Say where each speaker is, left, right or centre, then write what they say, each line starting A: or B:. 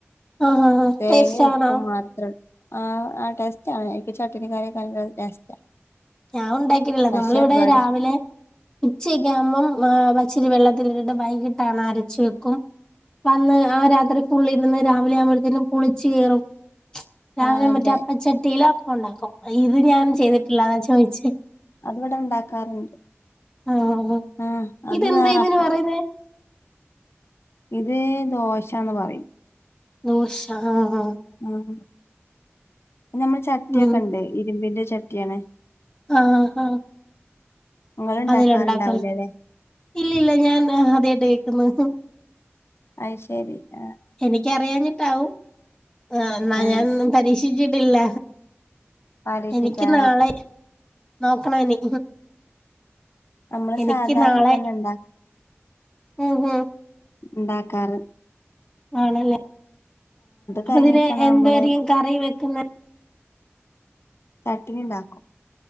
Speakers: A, on the left; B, on the left.
A: ആ ആ ആ
B: തേങ്ങയും
A: ടേസ്റ്റാണോ?
B: ഉപ്പും മാത്രം ആ ആ ടെസ്റ്റാണ് അയിക്ക് ചട്ടിനി കറിയൊക്കെ നല്ല ടേസ്റ്റാ.
A: ഞാൻ ഉണ്ടാക്കിട്ടില്ല
B: പക്ഷെ
A: നമ്മളിവിടെ
B: ഇവിടെ
A: രാവിലെ ഉച്ചക്കേവുമ്പം ഏഹ് ച്ചരി വെള്ളത്തിലിട്ടിട്ട് വൈകിട്ടാണ് അരച്ചു വെക്കും. വന്ന് ആ രാത്രി ഉള്ളിരുന്ന് രാവിലെ ആവുമ്പോഴത്തേനും പുളിച്ച് കേറും. രാവിലെ
B: ആ അതെ
A: മറ്റേ അപ്പ ചട്ടിലോ ഉണ്ടാക്കും. ഇത് ഞാൻ ചെയ്തിട്ടില്ലാന്ന് വെച്ച
B: അതിവടെണ്ടാക്കാറുണ്ട്
A: ആഹ് ആഹ്
B: ആ അത്
A: ഇതെന്താ
B: വേറെ
A: ഇതിന്
B: അപ്പം
A: പറയുന്നേ
B: ഇത് ദോശാന്ന് പറിയും.
A: ദോശ ആഹ് ആഹ്
B: ഉം നമ്മള് ചട്ടിയൊക്കെ
A: ഉം
B: ഉണ്ട് ഇരുമ്പിന്റെ. ചട്ടിയാണ്
A: ആഹ് ആഹ്
B: നിങ്ങൾ ഉണ്ടാക്കാറുണ്ടാവില്ലല്ലേ
A: അതില്ല ഉണ്ടാക്കല്ല ഇല്ല ഇല്ല ഞാൻ അദ്യായിട്ടാ ക്കുന്നത്
B: അത് ശരി ആഹ്
A: എനിക്കറിയാഞ്ഞി ട്ടൗ ആ എന്നാ
B: ആഹ്
A: ഞാൻ ഇന്ന് പരീക്ഷിച്ചി ട്ടില്ല
B: പാരീസിക്കാ
A: എനിക്ക് നാളെ നോക്കണെനി.
B: നമ്മള്
A: എനിക്ക്
B: സാധാരണ
A: നാളെ
B: തന്നെ ഉണ്ടാ
A: ഉം ഉം
B: ഇണ്ടാക്കാറ്
A: ആണല്ലേ അപ്പതിന്
B: കഴിഞ്ഞിട്ടാണ്
A: എന്തുവാരിക്കും
B: നമ്മള്
A: കറി വെക്കുന്നെ
B: <unintelligible> ഉണ്ടാക്കും